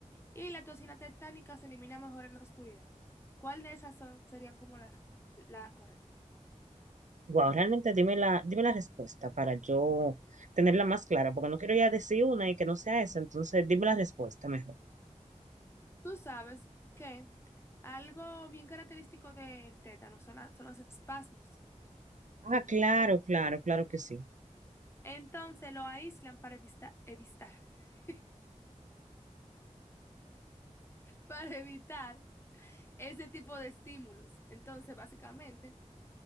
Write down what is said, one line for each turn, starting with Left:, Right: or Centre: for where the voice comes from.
Left: y la toxina tetánica se elimina mejor en la oscuridad. ¿Cuál de esas son- serían como las la correcta?
Right: Wow, realmente dime la, dime la respuesta para yo tenerla más clara, porque no quiero ya decir una y que no sea esa, entonces dime la respuesta mejor.
Left: Tú sabes que algo bien característico del tétano son, la- son los espasmos.
Right: Ah, claro, claro, claro que sí.
Left: Entonces lo aíslan para evista- evistar- <laughs> para evitar ese tipo de estímulos. Entonces, básicamente,